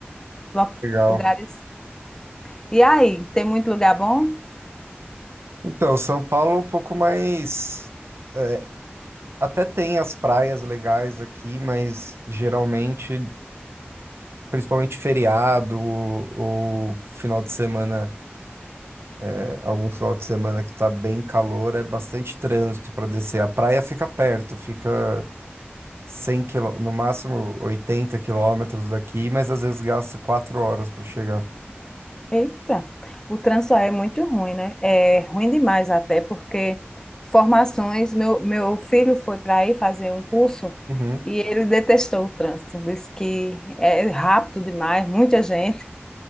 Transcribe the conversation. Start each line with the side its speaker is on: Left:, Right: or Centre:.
Left: Lo-
Right: Legal.
Left: Lugares. E aí, tem muito lugar bom?
Right: Então, São Paulo é um pouco mais. é, até tem as praias legais aqui, mas geralmente Principalmente feriado ou final de semana, é, algum final de semana que tá bem calor, é bastante trânsito para descer. A praia fica perto, fica 100 quilô, no máximo 80 quilômetros daqui, mas às vezes gasta 4 horas para chegar.
Left: Eita, o trânsito aí é muito ruim, né? É ruim demais até porque formações, meu, meu filho foi para aí fazer um curso
Right: Uhum.
Left: e ele detestou o trânsito, disse que é rápido demais, muita gente.